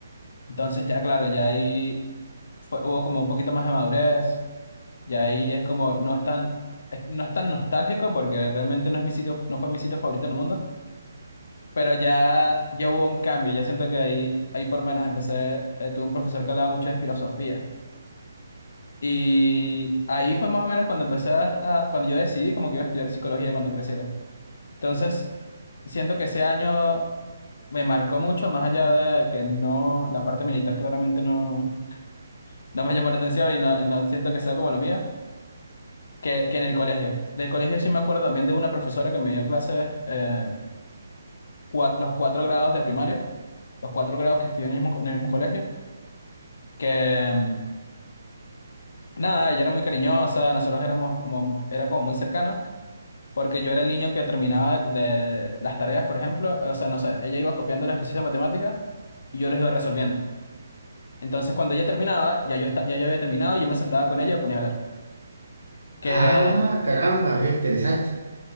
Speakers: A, on the left; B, on the right.
A: Entonces ya claro, ya ahí fue- hubo como un poquito más de madurez, y ahí es como, no es tan, es- no es tan nostálgico porque realmente no es mi sitio, no fue mi sitio favorito en el mundo Pero ya, ya hubo un cambio, ya siento que ahí, ahí por lo menos empecé, eh, tuve un profesor que hablaba mucho de filosofía. Y ahí fue más o menos cuando empecé a, a- cuando yo decidí como que iba a estudiar psicología cuando creciera. Entonces, siento que ese año me marcó mucho, más allá de que no, la parte militar claramente no, no me llamó la atención y no, y no siento que sea como lo mío, que, que en el colegio. Del colegio sí me acuerdo también de una profesora que me dio clases eh, cua- los cuatro grados de primaria, los cuatro grados que estudié en el mismo, en el mismo colegio. que mm, nada, ella era muy cariñosa, nosotros éramos como, mu- era como muy cercana, porque yo era el niño que terminaba de las tareas, por ejemplo, o sea, no sé, ella iba copiando los ejercicios de matemáticas y yo los iba resolviendo. Entonces, cuando ella terminaba, ya yo, esta- ya yo había terminado y yo me sentaba con ella y me ponía a hablar. Que
B: Ah, caramba, ve, interesante.